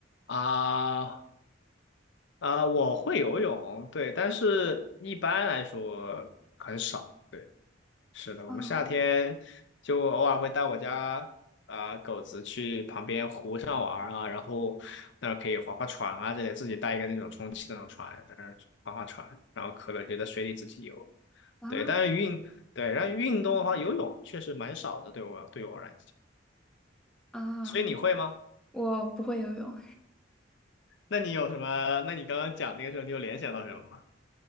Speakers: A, on the left (about 65°); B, in the centre.
A: 啊啊！我会游泳，对，但是一般来说很少。对。是的，我们夏天就偶尔会带我家啊、
B: 啊
A: 狗子去旁边湖上玩儿啊，然后那儿可以划划船啊，这些自己带一个那种充气的那种船，在那儿划划船，然后渴了就在水里自己游。
B: 啊
A: 对，但是运对，然后运动的话，游泳确实蛮少的，对我对我来讲。
B: 啊！
A: 所以你会吗？
B: 我不会游泳，
A: 那你有什么？那你刚刚讲那个时候，你有联想到什么吗？